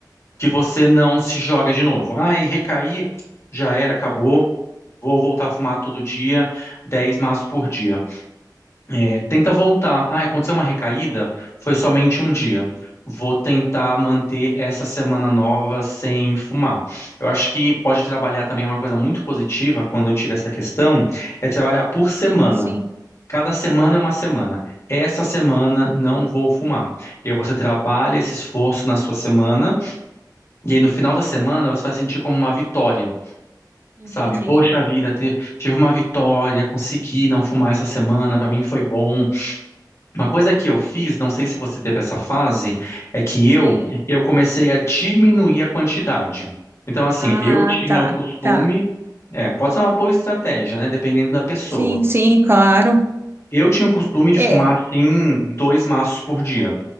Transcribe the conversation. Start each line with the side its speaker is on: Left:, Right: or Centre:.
Left: que você não se joga de novo. Ai, recaí, já era, acabou, vou voltar a fumar todo dia, 10 maços por
Right: sim,
Left: dia. É, tenta voltar. Ah, aconteceu uma recaída? Foi somente um dia. Vou tentar manter essa semana nova sem fumar. Eu acho que pode trabalhar também uma coisa muito positiva quando eu tiver essa questão, é trabalhar por semana.
Right: sim, sim,
Left: Cada semana é uma semana. Essa semana não vou fumar. E aí você trabalha esse esforço na sua semana, e aí no final da semana você vai sentir como uma vitória.
Right: entendi.
Left: Sabe, poxa vida, te- tive uma vitória, consegui não fumar essa semana, pra mim foi bom. Uma coisa que eu fiz, não sei se você teve essa fase, é que
Right: Sim.
Left: eu eu comecei a diminuir a quantidade. Então, assim,
Right: Ah,
Left: eu tinha
Right: tá,
Left: o costume,
Right: tá.
Left: é, pode ser uma boa estratégia, né? Dependendo da pessoa.
Right: Sim, sim, claro.
Left: Eu tinha o costume de
Right: É,
Left: fumar assim dois maços por dia